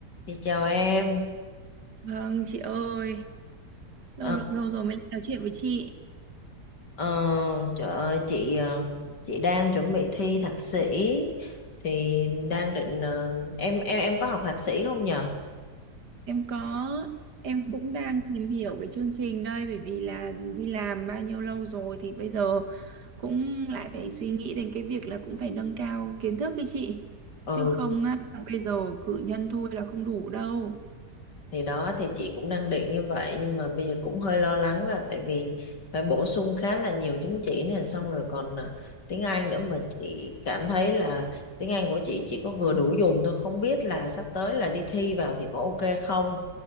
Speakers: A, on the left; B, on the right.
A: Dạ chào em.
B: Vâng chị ơi, lâu
A: Ờ,
B: lâu rồi mới nói chuyện với chị.
A: ờ, trời ơi chị ờ, chị đang chuẩn bị thi thạc sĩ thì đang định ờ, em em em có học thạc sĩ không nhờ?
B: Em có em cũng đang tìm hiểu cái chương trình đây bởi vì là đi làm bao nhiêu lâu rồi thì bây giờ cũng lại phải suy nghĩ đến cái việc là cũng phải nâng cao kiến thức ấy chị.
A: Ừ
B: Chứ không á, bây giờ cử nhân thôi là không đủ đâu.
A: thì đó thì chị cũng đang định như vậy nhưng mà bây giờ cũng hơi lo lắng là tại vì phải bổ sung khá là nhiều chứng chỉ nè xong rồi còn ờ, tiếng Anh nữa mà chị cảm thấy là tiếng Anh của chị chỉ có vừa đủ dùng thôi không biết là sắp tới là đi thi vào thì có ok không?